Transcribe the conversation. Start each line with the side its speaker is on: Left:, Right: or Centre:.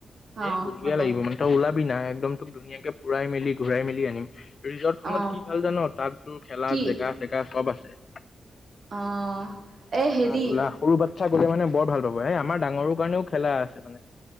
Right: অ
Left: এই বৰ্গীয়া
Right: হ'ব
Left: লাগিব মানে তই ওলাবি নাই একদম তোক ধুনীয়াকে পুৰাই মেলি ঘূৰাই মেলি আনিম ৰিজৰ্ট খনত
Right: অ
Left: কি ভাল জান তাত তোৰ খেলা
Right: কি
Left: জেকা চেকা চব আছে <inaudible>
Right: অ', এই
Left: খেলা
Right: হেৰি
Left: ধূলা সৰু বা থাক মানে বৰ ভাল পাব এ আমাৰ ডাঙৰ কাৰণেও খেলা আছে মানে